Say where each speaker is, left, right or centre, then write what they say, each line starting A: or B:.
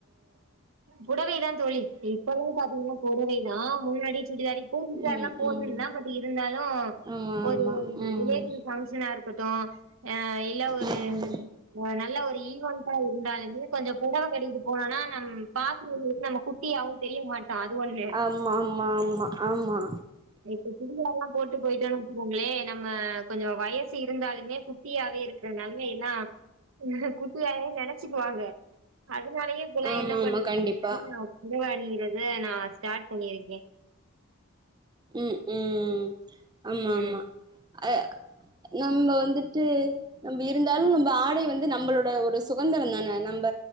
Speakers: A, on the right; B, on the right.
A: புடவைதான் தோழி இப்பல்லாம் பாத்தீங்கன்னா புடவைதான் முன்னாடி சுடிதார் இப்போவும் சுடிதார்
B: ம்
A: எல்லாம் போட்டுட்டுதாயிருந்தேன்
B: ம்
A: பட் இருந்தாலும்
B: ஆமா
A: ஒரு
B: ஆமா ம்
A: ரிலேட்டிவ் பங்க்ஷனா இருக்கட்டும் ஆஹ் இல்ல ஒரு
B: ம்
A: நல்ல ஒரு ஈவன்டா இருந்தாலுமே கொஞ்சம் புடவை கட்டிட்டு போனம்னா நம் பாக்றவங்களுக்கு நம்ம குட்டியாவும் தெரிய மாட்டோம் அது ஒண்ணு
B: ஆமா ஆமா ஆமா ஆமா
A: <unintelligible> போட்டு போயிட்டு வச்சுக்கோங்களே நம்ம கொஞ்சம் வயசு <unintelligible> இருந்தாலுமே குட்டியாவே இருக்கறனால வேன்னா உங்க குட்டியாவே நெனச்சுக்குவாங்க அதுனாலயே இப்பல்லாம்
B: ஆமா
A: என்ன பண்றதுனா
B: ஆமா கண்டிப்பா
A: <unintelligible> ஈரல் அ நான் ஸ்டார்ட் பண்ணிருக்கேன்
B: உம் உம் ஆமா ஆமா
A: ம்.
B: அ நம்ம வந்துட்டு நம்ப இருந்தாலும் நம்ப ஆடை வந்து நம்மளோட ஒரு சுகந்திரம் தான நம்ப